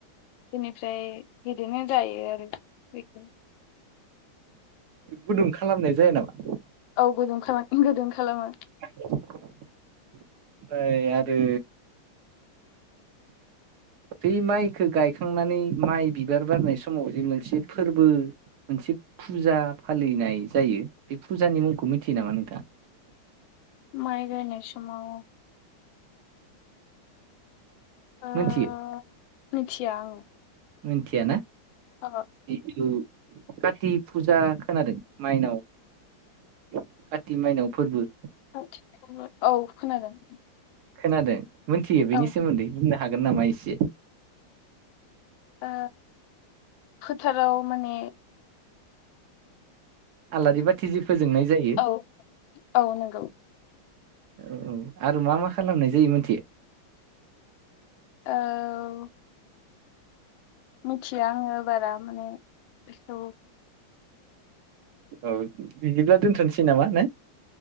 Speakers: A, on the left; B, on the right.
A: बेनिफ्राय बिदिनो जायो आरो बेखौ।
B: गुदुं खालामनाय जाया नामा?
A: औ गुदुं खालाम गुदुं खालामो।
B: आमफ्राय आरो बे माइखौ गायखांनानै माइ बिबार बारनाय समाव जे मोनसे फोरबो मोनसे फुजा फालिनाय जायो। बे फुजानि मुंखौ मिथियो नामा नोंथां?
A: माय गायनाय समाव ओ
B: मोनथियो
A: मिथिया आङो।
B: मिथिया ना
A: ओहो
B: जिथु काति फुजा खोनादों माइनाव काति माइनाव फोरबो?
A: काथि फोर्बो औ खोनादों।
B: खोनादों, मोनथियो बेनि
A: औ
B: सोमोन्दै? बुंनो हागोन नामा एसे?
A: औ फोथाराव माने
B: आलारि बाथि जि फोजोंनाय जायो
A: औ औ नंगौ
B: औ आरो मा मा खालामनाय जायो मोनथियो?
A: औ मिथिया आङो बारा माने बेखौ।
B: औ बिदिब्ला दोन्थ'नोसै नामा ने